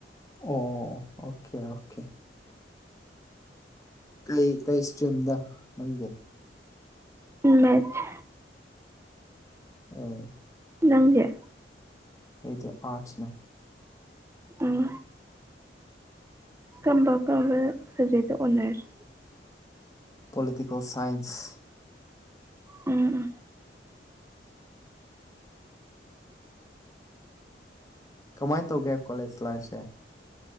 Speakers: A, on the left; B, on the right.
A: ꯑꯣ ꯑꯣꯀꯦ ꯑꯣꯀꯦ ꯀꯩ ꯀꯩ ꯏꯁꯇ꯭ꯔꯤꯝꯗ ꯅꯪꯗꯤ
B: ꯃꯦꯊꯁ
A: ꯎꯝ
B: ꯅꯪꯗꯤ
A: ꯑꯩꯗꯤ ꯑꯥꯔꯠꯁꯅꯦ
B: ꯎꯝ ꯀꯝꯕ ꯀꯝꯕ subject honours
A: political science
B: um um
A: ꯀꯃꯥꯏꯅ ꯇꯧꯒꯦ ꯀꯣꯂꯦꯖ ꯂꯥꯏꯐꯁꯦ